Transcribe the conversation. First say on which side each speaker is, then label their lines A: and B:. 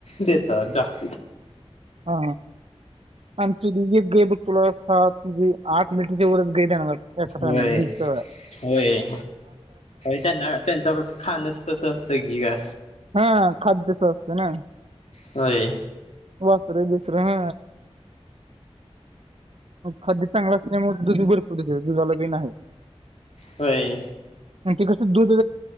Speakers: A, on the left (about 85°); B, on the right (about 65°).
A: देतात जास्
B: हा आमची यग आहे बघ तुला सात म्हणजे आठ मिनटच्या वच ग ए द
A: होय होय त्यांना त्यांच खाणच तसं असतं की का
B: हा खाद्य सस्त ना
A: होय
B: बसर बसर ह मग खादी चांगलाच नाही मग दुधी भरपर दुधाला बिन आहे
A: होय
B: ते कस दूध